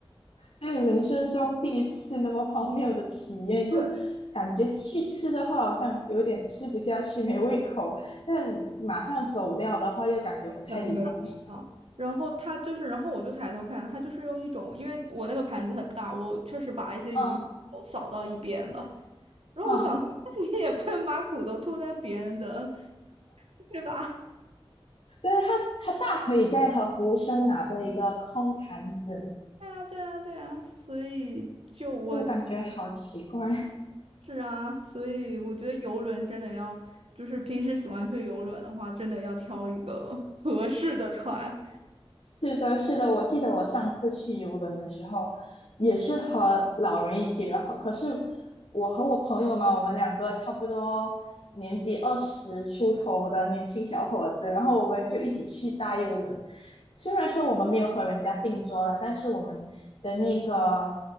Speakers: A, on the left (about 75°); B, on the right (about 80°).
A: 对人生中第一次那么荒谬的体验，就
B: 对，
A: 感觉去吃的话好像有点吃不下去，没胃口；但马上走掉的话又感觉不太礼貌，
B: 很没礼貌。
A: 是吧？
B: 然后他就是，然后我就抬头看，他就是用一种，因为我那个盘子很大，我确实把一些鱼骨头扫到一边了。
A: 嗯
B: 然后我想说那你也不能把骨头吐在别人的，
A: 嗯，
B: 对吧？<laughs>
A: 对，他他大可以再和服务生拿多一个空盘子呢
B: 对啊，对啊，对啊，所以就我
A: 就感觉好奇怪。
B: 是啊，所以我觉得游轮真的要，就是平时喜欢去游轮的话，真的要挑一个 <laughs> 合适的船。
A: 是的，是的，我记得我上次去游轮的时候，也是和老人一起，然后可是我和我朋友嘛，我们两个差不多年纪二十出头的年轻小伙子，然后我们就一起去搭游轮。虽然说我们没有和人家并桌啦，但是我们的那个